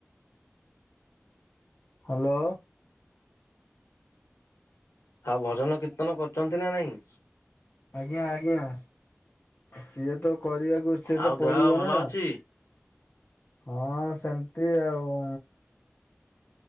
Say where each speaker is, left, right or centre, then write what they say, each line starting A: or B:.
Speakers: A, on the left; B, on the left.
A: ହ୍ୟାଲୋ।
B: ଆଉ ଭଜନ କୀର୍ତ୍ତନ କରୁଛନ୍ତି ନା ନାଇଁ?
A: ଆଜ୍ଞା ଆଜ୍ଞା ସିଏ ତ କରିବାକୁ ସେତ
B: ଆଉ
A: ପଡିବ
B: ଦେହ ଭଲ
A: ନା
B: ଅଛି?
A: ହଁ ସେମିତି ଆଉ।